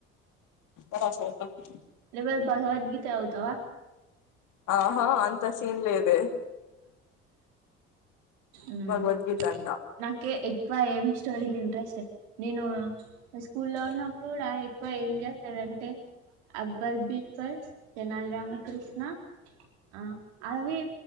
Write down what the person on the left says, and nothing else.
పనసోత <unintelligible>
ఆహా అంత సీన్ లేదే
భగవద్గీత అంట